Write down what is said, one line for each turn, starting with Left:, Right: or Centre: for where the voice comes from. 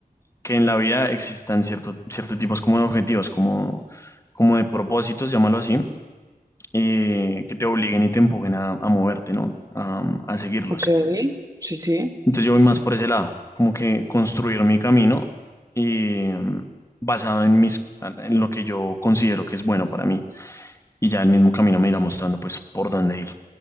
Left: que en la vida existan ciertos ciertos tipos como de objetivos, como, como de propósitos, llámalo así, eh, que te obliguen y te empujen a, a moverte, ¿no? A, a seguirlos.
Right: Ok, sí, sí.
Left: Entonces yo voy más por ese lado, como que construir mi camino y mm, basado en mis, en lo que yo considero que es bueno para mí. Y ya el mismo camino me irá mostrando pues por dónde ir.